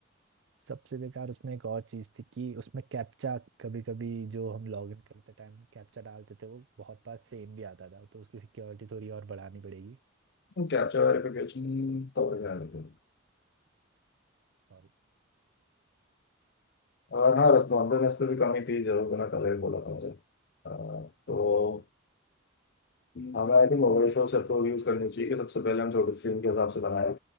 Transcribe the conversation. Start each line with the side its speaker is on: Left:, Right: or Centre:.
Right: सबसे बेकार उसमें एक और चीज थी कि उसमें कैप्चा कभी कभी जो हम लॉग इन करते टाइम कैप्चा डालते थे वो बहुत बार सेम भी आता था तो उसकी सिक्योरिटी थोड़ी और बढ़ानी पड़ेगी
Left: कैप्चर वेरिफिकेशन तो हो जाएगा
Right: सॉरी
Left: और हाँ रेस्पॉन्सिवनेस पे भी कमी थी जरूर बिना कल ही बोला था मुझे आ, तो
Right: हम्म
Left: हमें I think over resource approach use करनी चाहिए कि सबसे पहले हम छोटे स्क्रीन के हिसाब से बनाए